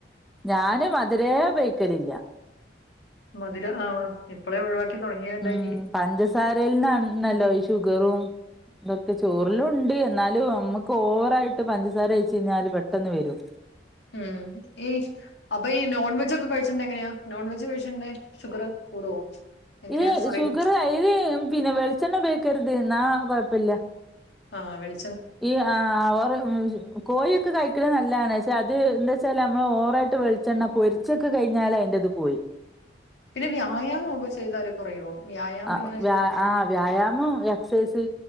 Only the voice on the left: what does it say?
മധുരം ആ ഇപ്പളെ ഒഴിവാക്കി തുടങ്ങിയുണ്ടെങ്കിൽ
ഉം ഈ അപ്പൊ ഈ നോൺ വെജ് ഒക്കെ കഴിച്ചിട്ടുണ്ടേ എങ്ങനെയാ നോൺ വെജ് കഴിച്ചിട്ട ഷുഗർ കൂടുവോ എങ്ങനെയാ
അറി
ആഹ വെളി
പിന്നെ വ്യായാമം ഒക്കെ ചെയ്താല് കുറയോ വ്യായാമം
എങ്ങനെ
ചെയ്താ?